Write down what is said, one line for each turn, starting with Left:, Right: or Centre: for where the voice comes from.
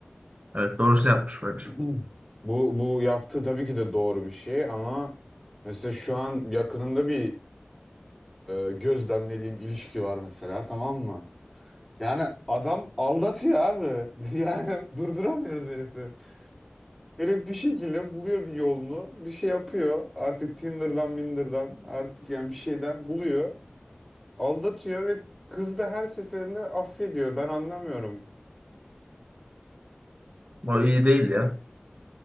Right: Evet doğrusunu yapmış bence.
Centre: <clears throat> Bu bu yaptığı tabii ki de doğru bir şey ama mesela şu an yakınımda bir e, gözlemlediğim ilişki var mesela tamam mı? Yani adam aldatıyor abi. <laughs> Yani durduramıyoruz herifi. Herif bir şekilde buluyor bir yolunu. Bir şey yapıyor. Artık Tinder'dan, Minder'dan artık yani bir şeyden buluyor. Aldatıyor ve kız da her seferinde affediyor. Ben anlamıyorum.
Right: Bu iyi değil ya.